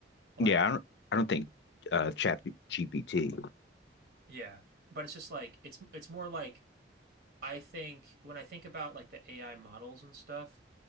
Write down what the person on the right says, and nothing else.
Like
Yeah, but it's just like it's it's more like I think when I think about like the AI models and stuff,